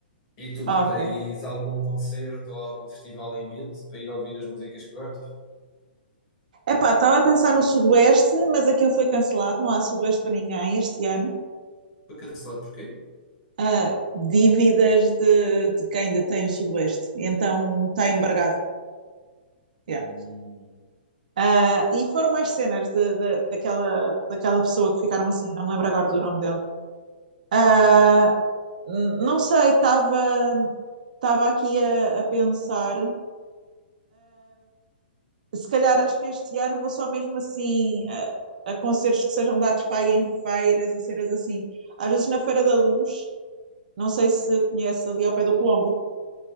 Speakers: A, on the left (about 25°); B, on the right (about 45°).
A: E tu,
B: Ok.
A: tens algum concerto ou algum festival em mente para ir ouvir as músicas que gostas?
B: Epá, estava a pensar no Sudoeste, mas aquilo foi cancelado, não há Sudoeste para ninguém este ano.
A: Foi cancelado porquê?
B: Ah, dívidas de, de quem detém o Sudoeste, e então está embargado.
A: Hum,
B: Yeah. Ah, e foram mais cenas de, de- daquela, daquela pessoa que ficaram assim, não me lembro agora do nome dele, Ah, não sei, estava estava aqui a, a pensar. Se calhar acho que este ano vou só mesmo assim a, a concertos que sejam dados para aí em feiras e cenas assim. Às vezes na Feira da Luz, não sei se conhece ali ao pé do Colombo,